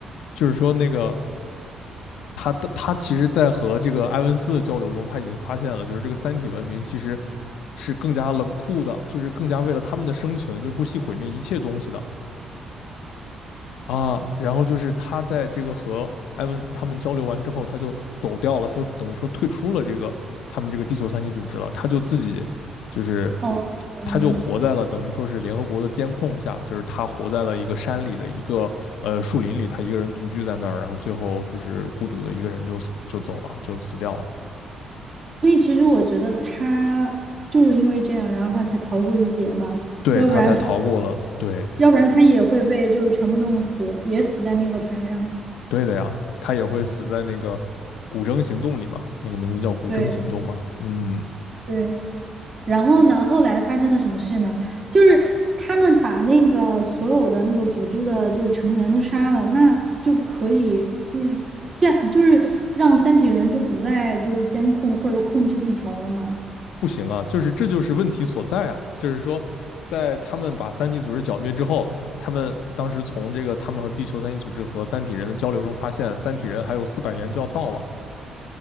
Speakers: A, on the left; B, on the right.
A: 就是说那个他他其实，在和这个埃文斯的交流中，他已经发现了，就是这个三体文明其实是更加冷酷的，就是更加为了他们的生存，就是不惜毁灭一切东西的。啊，然后就是他在这个和埃文斯他们交流完之后，他就走掉了，他就等于说退出了这个他们这个地球三级组织了，他就自己就是
B: 哦，嗯。
A: 他就活在了等于说是联合国的监控下，就是他活在了一个山里的一个呃树林里，他一个人独居在那儿，然后最后就是孤独的一个人就死就走了，就死掉了，
B: 所以其实我觉得他就是因为这样，然后他才逃过一劫吧，
A: 对他才逃过了，
B: 要不然
A: 对
B: 要不然他也会被就是全部弄死，也死在那个船上。
A: 对的呀，他也会死在那个。古筝行动里嘛，那个名字叫古筝行动嘛，
B: 对
A: 嗯，
B: 对，然后呢，后来发生了什么事呢？就是他们把那个所有的那个组织的就是成员都杀了，那就可以就是监就是让三体人就不再就是监控或者控制地球了嘛。
A: 不行啊，就是这就是问题所在啊，就是说，在他们把三体组织剿灭之后，他们当时从这个他们和地球三体组织和三体人的交流中发现，三体人还有四百年就要到了